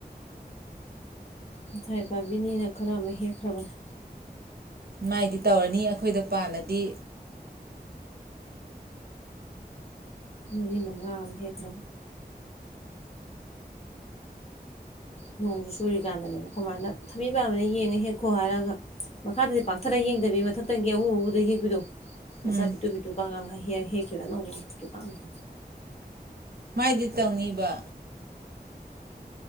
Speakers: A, on the left; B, on the right.
A: ꯉꯁꯥꯏ ꯄꯥꯕꯤꯅꯤꯅ ꯈꯔ ꯑꯃ ꯍꯦꯛꯈ꯭ꯔꯕꯅꯦ
B: ꯃꯥꯏꯗꯤ ꯇꯧꯔꯅꯤ ꯑꯩꯈꯣꯏꯗ ꯄꯥꯜꯂꯗꯤ
A: ꯃꯔꯤ ꯃꯉꯥ ꯑꯃ ꯍꯦꯛꯈ꯭ꯔꯦ ꯅꯣꯡꯁꯨ ꯆꯨꯔꯤꯀꯥꯟꯗꯅꯦꯕ ꯈꯣꯏ ꯃꯥꯅ ꯊꯕꯤꯕ ꯑꯃꯅ ꯌꯦꯡꯉ ꯍꯦꯛꯈꯣ ꯍꯥꯏꯔꯒ ꯃꯈꯥꯗꯗꯤ ꯄꯥꯛꯊꯔ ꯌꯦꯡꯗꯕꯤ ꯃꯊꯛꯇꯪꯒꯤ ꯑꯎ ꯑꯧꯕꯗ ꯍꯦꯛꯄꯤꯗꯣ ꯃꯆꯥ
B: ꯎꯝ
A: ꯄꯤꯇꯨ ꯄꯤꯇꯨ ꯀ ꯍꯥꯏ ꯍꯦ ꯍꯦꯛ ꯀꯦꯗ ꯅꯧꯕꯀꯤ ꯄꯝꯇ
B: ꯃꯥꯏꯗꯤ ꯇꯧꯅꯤꯕ